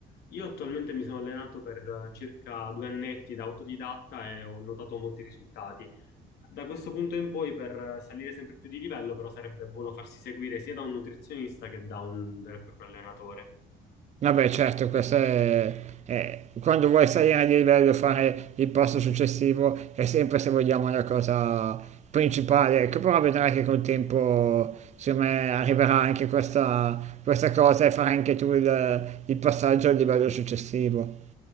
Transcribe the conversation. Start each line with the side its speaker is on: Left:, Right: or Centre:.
Left: Io attualmente mi sono allenato per eh, circa due annetti da autodidatta e ho notato molti risultati. Da questo punto in poi, per eh, salire sempre più di livello, però sarebbe buono farsi seguire sia da un nutrizionista che da un vero e proprio allenatore.
Right: Vabbè, certo, questo è, è- Quando vuoi salire di livello, fare il passo successivo è sempre, se vogliamo, la cosa principale. Ecco, però vedrai che col tempo, secondo me, arriverà anche questa, questa cosa e farai anche tu il, il passaggio al livello successivo.